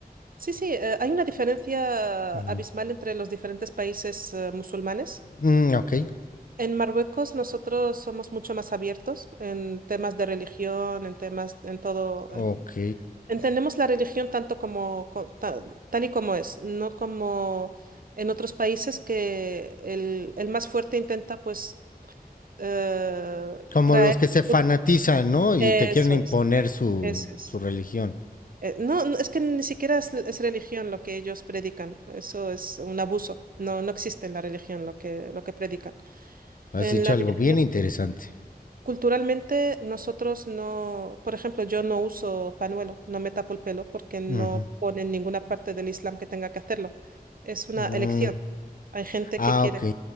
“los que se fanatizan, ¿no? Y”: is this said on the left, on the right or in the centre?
Left